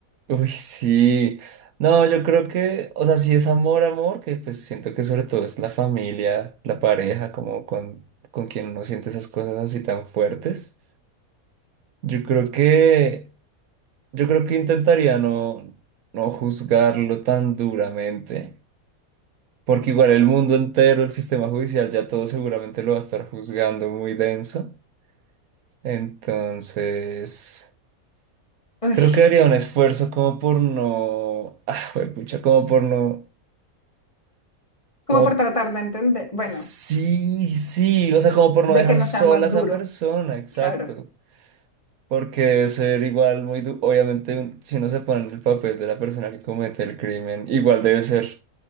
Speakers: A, on the right; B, on the left.
A: Uy, sí. No, yo creo que, o sea, si es amor, amor, que pues siento que sobre todo es la familia, la pareja, como con, con quien uno siente esas cosas así tan fuertes. Yo creo que, yo creo que intentaría no, no juzgarlo tan duramente, porque igual el mundo entero, el sistema judicial, ya todo seguramente lo va a estar juzgando muy denso. Entonces...
B: Uy,
A: Creo que haría un esfuerzo como por no, ah, pucha, como por no Como,
B: Como por tratar de entender, bueno,
A: sí, sí, o sea, como por
B: de
A: no dejar
B: que no
A: sola
B: sea más
A: a esa
B: duro,
A: persona, exacto.
B: claro.
A: Porque debe ser igual muy du- Obviamente, un- si uno se pone en el papel de la persona que comete el crimen, igual debe ser